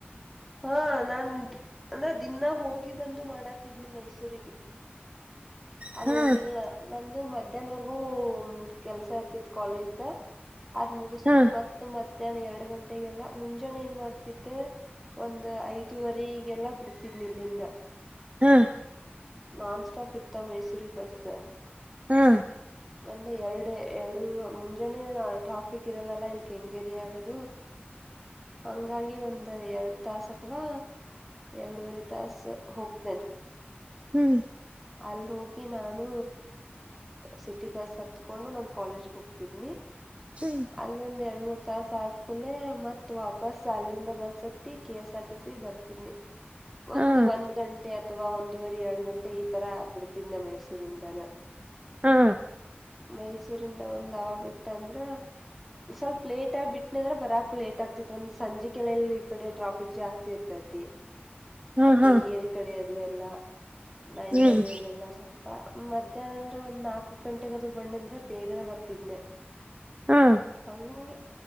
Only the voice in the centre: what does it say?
ಹಾ ನನ್ ಅದ್ ಅಂದ್ರೆ ದಿನ ಹೋಗಿ ಬಂದು ಮಾಡಕ್ ಮೈಸೂರಿಗೆ ಅಲ್ಲಿ
ಉಳ್ದಿಿಲ್ಲ ನಂದು ಮ ಮಧ್ಯಾಹ್ನವರ್ಗೂ ಕೆಲ್ಸ ಇರ್ತತಿ ಕಾಲೇಜ ದ ಅದ್ ಮುಗಿಸಕೊಂಡ್
ಮತ್ತ ಮ ಮಧ್ಯಾಹ್ನ ಎರಡು ಗಂಟೆಗೆಲ್ಲ ಮುಂಜಾನೆ ಏನ್ ಮಾಡ್ತಿದ್ದೆ ಒಂದ್ ಐದುವರೆಗೆಲ್ಲ ಬಿಡ್ತಿದ್ನಿ ಇಲ್ಲಿಂದ
ನಾನ್ ಸ್ಟಾಪ್ ಇರ್ತಾವ ಮೈಸೂರಿನ ಬಸ್ಸ್.
ಒಂದ ಎರಡು ಎರಡು ಮುಂಜಾನೆ ಟ್ರಾಫಿಕ್ ಇರಲ್ಲಾ ಅಲಾ ಕೆಂಗೇರಿ ಆಗದು ಹಂಗಾಗಿ ಒಂದ ಎರಡ್ ತಾಸ ಅಥವಾ ಎರಡುವರೆ ತಾಸ ಹೋಗ್ತೇನೆ.
ಅಲ್ಲೋಗಿ ನಾನು ಸಿಟಿಬಸ್ ಹತ್ ಕೊಂಡು ನನ್ ಕಾಲೇಜ್ಗೆ ಹೋಗ್ತಿದ್ನಿ
ಅಲ್ಲಿ ಒಂದ್ ಎರಡು ಮೂರ್ ತಾಸಕುಲೆ ಮತ್ತ ವಾಪಸ್ ಆಾಲ ಬಸ್ ಹತ್ತಿ ಕೆ-ಎಸ್-ಆರ್-ಟಿ-ಸಿ ಬರ್ತಿದನಿ ಒಂದು
ಒಂದ್ ಗಂಟೆ ಒಂದೇ ಅಥವಾ ಒಂದೂ ವರೆ ಎರಡು ಗಂಟೆ ಈ ತರ ಬಿಡ್ತಿದ್ನ ಮೈಸೂರಿಂದಾನ
ಮೈಸೂರಿಂದ ಒಂದ್ ಅವ ಬಿಟ್ಟ ಅಂದ್ರ ಸ್ವಲ್ಪ್ ಲೇಟ್ ಆಗ ಬಿಟ್ಟನ ಅಂದ್ರ ಬರಾಕ ಲೇಟ್ ಆಗ್ತಿತಿ ಒಂದ್ ಸಂಜೆ ಕೆಲ್ಲ ಎಲ್ಲ ಈ ಕಡೆ ಟ್ರಾಫಿಕ್ ಜಾಸ್ತಿ ಇರ್ತೈತಿ
ಅ
ಕೆಂಗೇರಿ ಕಡೆ ಅ ಎಲ್ಲ ನಾಯಂಡಹಳ್ಳಿದಲ್ಲಿದೆಲ್ಲ
ಸ್ವಲ್ಪ ಮಧ್ಯಾಹ್ನ ಅಂದ್ರೆ ಒಂದ್ ನಾಲ್ಕ್ ಗಂಟೆೆಗೆ ಅದು ಬಣ್ಣೆ ಅಂದ್ರೆ ಬೇಗನೆ ಬರ್ತಿದ್ನನೆ
ಹಂಗಾಗಿ